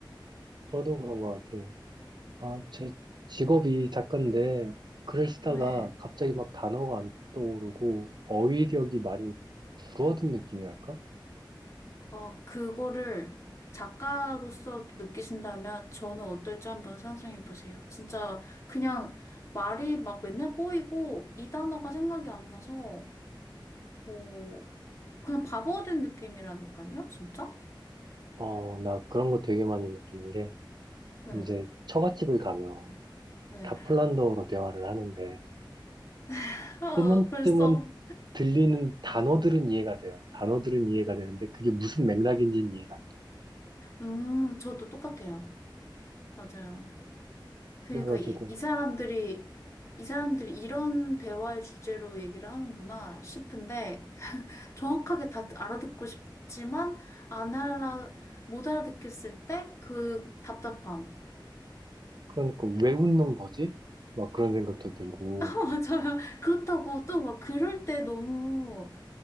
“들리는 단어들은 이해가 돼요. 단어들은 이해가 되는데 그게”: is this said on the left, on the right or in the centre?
Right